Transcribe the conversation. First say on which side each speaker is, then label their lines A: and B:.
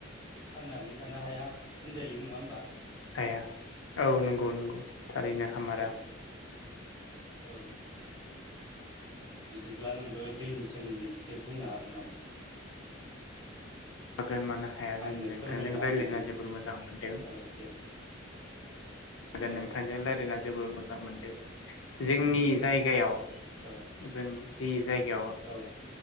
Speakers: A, on the left; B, on the left.
A: थांनानै थानो हाया होनजायो नंङा होमबा?
B: हाया औ नंगौ नंगौ। थारैनो हामारा
A: औ औ ओम बिदिब्ला नोंबो दैनि सोमोन्दै इसे बुंनो हागोन नामा।
B: गोनमानो हाया
A: आंनो
B: जानो नोंथांजों
A: फोरमायनो हागोन
B: रायज्लायना
A: नामा
B: जोबोर मोजां मोनदों
A: औ दे
B: हागोन
A: औ
B: नोंथांजों रायज्लायना जबोर मोजां मोनदों। जोंनि जायगायाव
A: औ
B: जों जि जायगायाव
A: औ